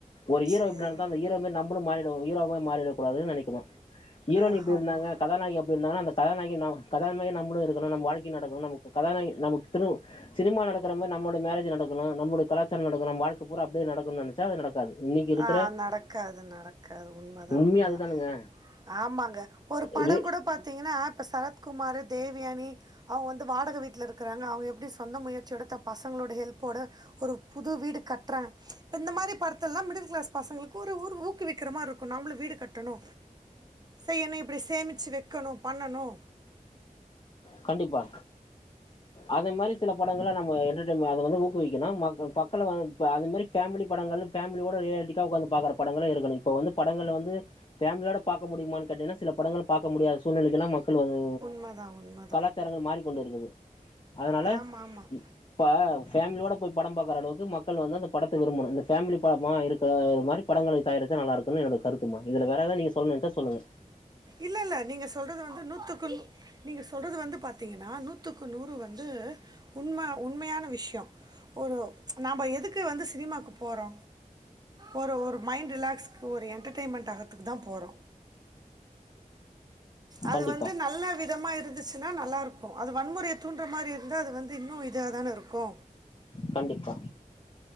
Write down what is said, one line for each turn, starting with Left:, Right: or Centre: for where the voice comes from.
Left: ஒரு ஹீரோ
Right: சேரி
Left: எப்டி நடந்த அந்த ஹீரோ மாரி நம்பாலு மாறிடக்கூ ஹீரோ மாறி மாறிட கூடாதுன் நெனைக்கணு ஹீரோனி
Right: ஆ
Left: இப்டி இருந்தாங்க
Right: ஆமா
Left: கதநாயகி அப்டி இருந்தாங்கனா அந்த கதாநாயகி என்னாகு கதா மாரி நம்புளு இருக்கணு நம்ம வாழ்க்கை நடக்கணு நமக்கு கதாநாயகி நமக்கு திரும் சினிமா நடக்கற மாரி நம்மளுடைய மேரேஜ் நடக்கணு நம்முடைய கலாச்சாரோ நடக்கு நம்ம வாழ்க்க பூரா அப்டியே நடக்கணு நெனச்சா அது நடக்காது இன்னைக்கு இருக்கிற
Right: ஆ நடக்காது நடக்காது உண்மதா
Left: உண்மையா
Right: உண்மதா
Left: அதுதானுங்க
Right: ஆமாங்க ஒரு படம்
Left: இது
Right: கூட பாத்தீங்கன்னா இப்ப சரத்குமாரு தேவயானி அவுங்க வந்து வாடக வீட்ல இருக்கிறாங்க அவுங்க எப்டி சொந்த முயற்சியோட தம் பசங்களோட ஹெல்ப்போட ஒரு புது வீடு கட்டுறே இது இந்த மாரி படத் ல்லா மிடில் க்ளாஸ் பாசங்களுக்கு ஒரு ஊர் ஊக்குவிக்கிரமா இருக்கு நம்மளு வீடு கட்டணு செய் என்ன இப்டி சேமிச்சு வெக்கணு பண்ணணு
Left: கண்டிப்பா அது மாரி சில படங்கள நம்ம என்டர்டெய்ன்ம அத வந்து ஊக்குவிக்கணு மக்க மக்கள இப்ப அது மாரி ஃபேமிலி படங்கள் ஃபமிலியோட ரியாலிட்டிக்காக உக்காந்து பாக்கற படங்களு இருக்குணு இப்போ வந்து படங்கள்ல வந்து பேஃமிலியோட பாக்க முடியுமான் கேட்டீனா சில படங்கள் பாக்க முடியாத சுழ்நிலைகள்லா மக்கள் வந்து
Right: உண்ம தா உண்ம
Left: கலாச்சாரங்கள் மாறிக் கொண்டு இருக்குது அதனால
Right: ஆமாம் ஆமாம்
Left: இப்ப ஃபேமிலியோட போய் படம் பாக்கறளவுக்கு மக்கள் வந்து அந்த படத்த விரும்பணு இந்த ஃபேமிலி படமா இருக்கிற மாரி படங்களை தயாரிச்சா நல்லாருக்குணு எனக் கருத்துமா இதுல வேற எதாவது நீங்க சொல்லணு நெனச்சா சொல்லுங்க
Right: இல்ல இல்ல நீங்க சொல்றது வந்து நூத்துக்கு நூ நீங்க சொல்றது வந்து பத் பாத்தீங்கனா நூத்துக்கு நூறு வந்து உண்ம உண்மையான விஷ்யோ ஒரு நம்ப எதுக்கு வந்து சினிமாக்கு போறோ ஒரு ஒரு மைண்ட் ரிலாக்ஸ்க்கு ஒரு என்டர்டெயின்மெண்ட் ஆகத்துக்கு தா போறோ அது
Left: கண்டிப்பா
Right: வந்து நல்ல விதமா இருந் துச்சுன்னா நல்லாருக்கு அது வன்முறய தூண்டுற மாரி இருந்தா அது வந்து இன்னு இதா தான இருக்கு
Left: கண்டிப்பா